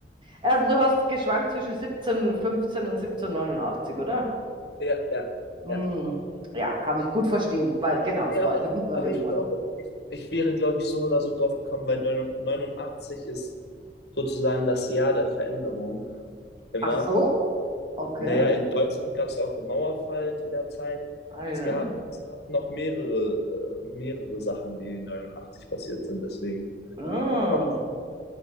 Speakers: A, on the right; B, on the left.
A: also du hast geschwankt zwischen 1715 und siebzehnhundertneunundachtzig, oder?
B: Ja, ja,
A: Hm,
B: ja.
A: ja, kann ich gut verstehen, weil genau, es
B: Ja,
A: war
B: aber,
A: <laughs> irgendwann,
B: aber
A: irgendwann.
B: ich glaube, ich, ich wäre, glaube ich, so oder so drauf gekommen, weil 89 89 ist sozusagen das Jahr der Veränderung immer.
A: Ach so, okay.
B: Naja, in Deutschland gab es auch den Mauerfall zu der Zeit.
A: Ah ja.
B: Es gab, es gab noch mehrere, äh, mehrere Sachen, die 89 passiert sind, deswegen.
A: Ah.
B: Aber,